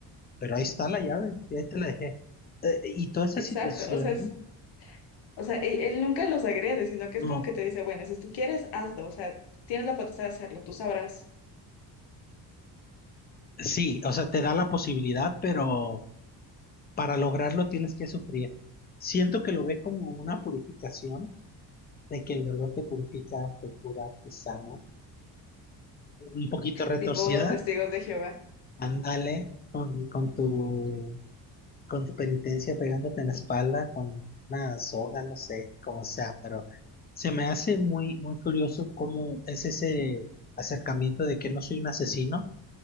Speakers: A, on the left; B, on the left.
A: pero ahí está la llave, y ahí te la dejé. Eh, y toda esa situación,
B: Exacto, o sea, es- o sea, e- él nunca los agrede, sino que
A: no,
B: es como que te dice, bueno, si tú quieres, hazlo, o sea, tienes la potestad de hacerlo, tú sabrás.
A: sí, o sea, te da la posibilidad, pero para lograrlo tienes que sufrir. Siento que lo ve como una purificación, de que el dolor te purifica, te cura, te sana. Un poquito retorcida,
B: Tipo testigos de Jehová.
A: ándale con, con tu con tu penitencia pegándote en la espalda con una soga, no sé, como sea, pero se me hace muy, muy curioso cómo es ese acercamiento de que no soy un asesino,